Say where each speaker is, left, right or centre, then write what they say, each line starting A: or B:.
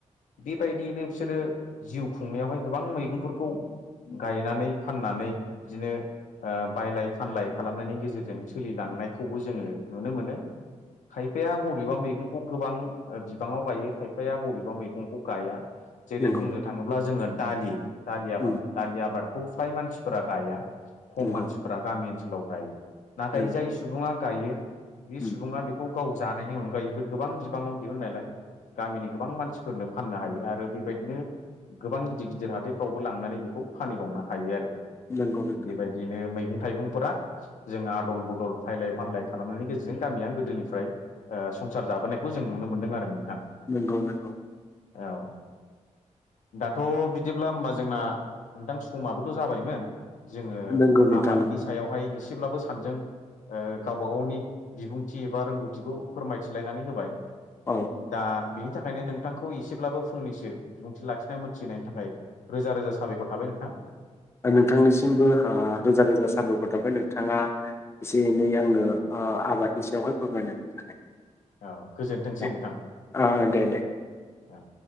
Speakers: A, on the left; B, on the left.
A: बेबायदियैनो बिसोरो जिउ खुंनायावहाय गोबां मैगंफोरखौ गायनानै फाननानै बिदिनो ओ बायलाय फानलाय खालामनायनि गेजेरजों सोलिलांनायखौबो जोङो नुनो मोनो। खायफाया बबेबा मैगंखौ गोबां बिबाङाव गायो खायफाया बबेबा मैगंखौ गाया। जेरै
B: नंगौ
A: बुंनो थाङोब्ला जोङो दालि दालि आबाद
B: नंगौ
A: दालि आबादखौ फ्राय मानसि फोरा गया खम
B: नंगौ
A: मानसिफोरा गामि ओनसोलाव गायो। नाथाय
B: नों
A: जाय सुबुङा गायो बे
B: उम
A: सुबुङा बेखौ गाव जानायनि अनगायै बे गोबां बिबाङाव दिहुननायालाय गामिनि गोबां मानसिफोरनो फाननो हायो आरो बेबायदिनो गोबां गिदिर गिदिर हाथायफ्रावबो लांनानै बेखौ फानहैबावनो हायो आरो।
B: नंगौ नोंथां
A: बेबायदिनो मैं गं थायगंफोरा जों आदल बदल फायलाय फानलाय खालामनायनि गेजेरजों गामिया गोदोनिफ्राय ओ संसार जाबोनायखौ जों नुनो मोनदों आरो नोंथां।
B: नोंगौ नोंगौ।
A: औ। दाथ' बिदिब्ला होमबा जोंना नोंथां समाबोथ' जाबायमोन। जोङो
B: नंगौ नोंथां
A: आबाद
B: नंगौ
A: यावहाय एसेब्लाबो सानजों ओ गावबा गावनि बिबुंथि एबा रोंगौथिखौ फोरमायथिलायनानै होबाय।
B: औ
A: दा बिनि थाखायनो नोंथांखौ एसेब्लाबो फंनैसो बिबुंथि लाखिनानै मोनथिहोनायनि थाखाय रोजा रोजा साबायखर थाबाय नों थां।
B: नोंथांनिसिमबो ओ रोजा रोजा साब'खर थाबाय। नोंथाङा एसे एनै आंनो ओ आबादनि सायावहाय फोरमायनायनि थाखाय।
A: औ गोजोनथोंसै
B: दे
A: नोंथां।
B: ओ दे दे।
A: औ।